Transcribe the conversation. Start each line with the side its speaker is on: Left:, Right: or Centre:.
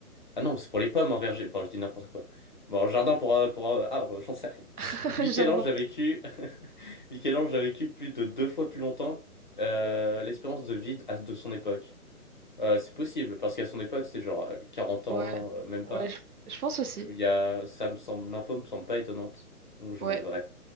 Left: Ah non, c'est pour les pommes en verger. Bon, je dis n'importe quoi. Bon, en jardin pour, euh, pour euh, arbre, j'en sais rien. <laughs>
Right: <laughs>
Left: Michel-Ange
Right: Le Jardin.
Left: a vécu... <laughs> Michel-Ange a vécu plus de deux fois plus longtemps euh, l'espérance de vie à- de son époque. Euh, c'est possible, parce qu'à son époque, c'était genre euh, 40
Right: Ouais,
Left: ans, euh, même
Right: ouais,
Left: pas.
Right: je, je pense aussi.
Left: Je- il y a... Ça me semble... L'info me semble pas étonnante. Donc je vais
Right: Ouais.
Left: mettre vrai.